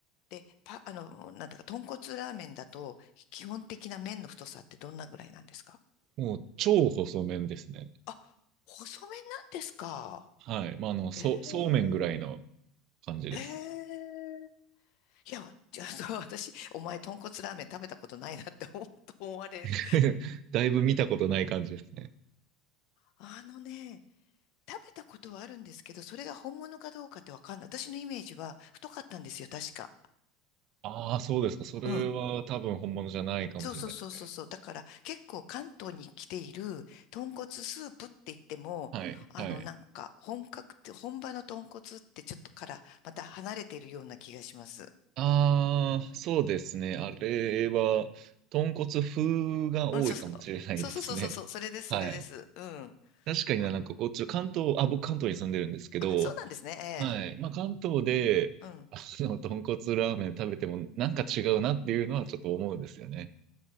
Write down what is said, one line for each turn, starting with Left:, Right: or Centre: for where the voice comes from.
Left: で、パ、あの、なんだか、豚骨ラーメンだと、基本的な麺の太さってどんなぐらいなんですか
Right: もう超細麺ですね。
Left: あ、細麺なんですか。
Right: はい。まあ、あの、そう、
Left: ええ
Right: そうめんぐらいの感じです。
Left: ええいや、じゃあ、そう、私、お前、豚骨ラーメン食べたことないなって思うと思われる。
Right: <laughs> だいぶ見たことない感じですね。
Left: あのね、食べたことはあるんですけど、それが本物かどうかってわかんない。私のイメージは太かったんですよ、確か。
Right: ああ、そうですか。それは多分本物じゃないかもしれないですね。
Left: うん。そうそうそうそうそう。だから、結構関東に来ている豚骨スープって言っても、
Right: はい。
Left: あの、
Right: はい。
Left: なんか、本格って、本場の豚骨ってちょっとから、また離れているような気がします。
Right: ああ、そうですね。あれは、豚骨風が多いかもしれないですね。
Left: うん、そうそう。そうそうそうそうそう。
Right: <laughs>
Left: それです、
Right: はい。
Left: それです。うん。
Right: 確かにな、
Left: あ、
Right: なんかこっち、関東、あ、僕関東に住んでるんですけど、
Left: あ、そうなんですね。ええ。
Right: はい。まあ関東で、
Left: うん。
Right: あの、豚骨ラーメン食べてもなんか違うなっていうのはちょっと思うんですよね。